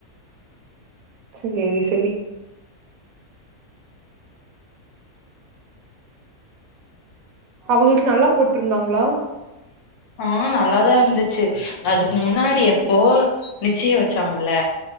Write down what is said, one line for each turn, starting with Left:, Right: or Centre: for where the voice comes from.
Right: சேரி, சேரி அவங்களுக்கு நல்லா போட்ருந்தாங்களா
Left: ஆ நல்லாதா இருந்துச்சு அதுக்கு முன்னாடி எப்போ நிச்சிய வச்சாங்கல்ல